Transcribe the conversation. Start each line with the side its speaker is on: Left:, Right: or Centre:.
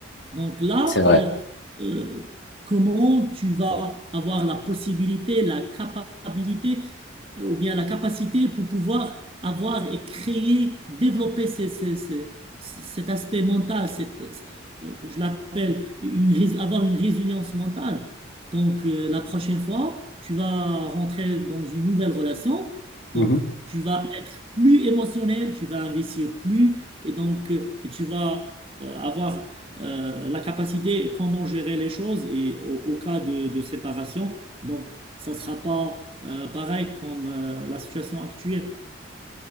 Right: Donc là,
Left: C'est vrai.
Right: euh, euh, comment tu vas avoir la possibilité, la capacité ou bien la capacité pour pouvoir avoir et créer, développer ces- ces- ces- cet aspect mental, cette- euh, je l'appelle une, rés- avoir une résilience mentale. Donc, euh, la prochaine fois, tu vas rentrer dans une nouvelle relation,
Left: Mhm.
Right: donc tu vas être plus émotionnel, tu vas investir plus, et donc euh, et tu vas euh, avoir euh, la capacité comment gérer les choses et au, au cas de, de séparation. Donc, ça ne sera pas euh, pareil comme euh, la situation actuelle.